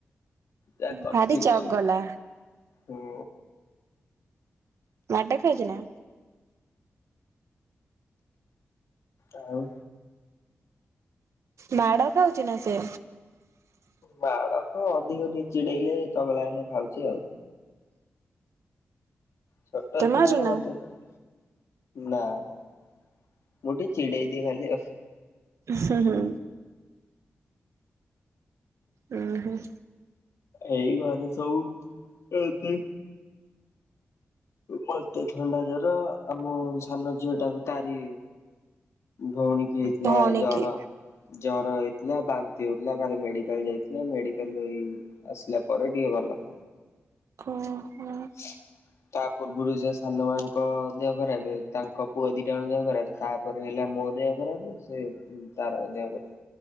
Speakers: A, on the left (about 80°); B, on the right (about 80°).
A: ଯା କରୁଛି
B: ଭାରି ଚଗଲା
A: କହନା ହୁଁ।
B: ମାଡ ଖାଉଛି ନା।
A: ଆଉ
B: ମାଡ଼ ଖାଉଛି ନା ସେ?
A: ମାଡ ହଁ ଅଧିକ ଟିକେ ଚିଡେଇଲେ ଚଗଲା ହେଲେ ଖାଉଛି ଆଉ। ଛୋଟ
B: ତୁ
A: ଛୁଆ
B: ମାରୁନା?
A: ଆଉ ଏବେତ ନା ନା ମୁଁ ଟିକେ ଚିଡେଇ ଦିଏ ଖାଲି ଆଉ।
B: ହୁଁ ହୁଁ। ହୁଁ ହୁଁ।
A: ଏଇ ଘରେ ସବୁ ଏ ମତେ ଥଣ୍ଡା ଜର ଆମ ସାନ ଝିଅ ଟାକୁ ତାରି ଭଉଣି କି ହେଇଥିଲା
B: ଭଉଣୀ
A: ଜର
B: କି
A: ଜର ହେଇଥିଲା। ଥିଲା ବାନ୍ତି ହଉଥିଲା କାଲି ମେଡିକାଲ ଯାଇଥିଲା ମେଡିକାଲରୁ ହେଇ ଆସିଲା ପରେ ଟିକେ ଭଲ।
B: ଉ ହୁଁ।
A: ହ ତା ପୂର୍ବରୁ ସେ ସାନ ଭାଈଙ୍କ ଦେହ ଖରାପ ତାଙ୍କ ପୁଅ ଦିଟା ମାନ ଦେହ ଖରାପ ତା ତାପରେ ହେଲା ମୋ ଦେହ ଖରାପ ସେ ତାର ଦେହ ଖରାପ।